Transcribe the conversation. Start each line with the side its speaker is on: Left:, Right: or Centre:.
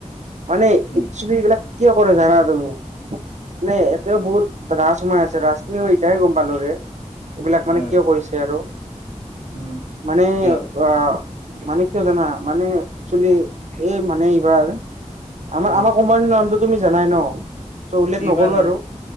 Right: মানে
Left: উম
Right: একছবি এইবিলাক কিয় কৰে জানা তুমি নাই এতেও বহুত ৰাজ সোমাই আছে ৰাজ, ৰাজখিনিও মই ইতহে গম পালো ৰে' এইবিলাক মানে
Left: অ
Right: কিয় কৰিছে আৰু
Left: উম
Right: মানে
Left: কিয়
Right: অ মানে কিয় জানা মানে একচেলি এই মানে এইবাৰ। আমাৰ,
Left: উম
Right: আমাৰ কোম্পানীৰ নামটো তুমি জানাই ন' চ' উল্লেখ
Left: কি
Right: নকৰো
Left: বা নাম
Right: আৰু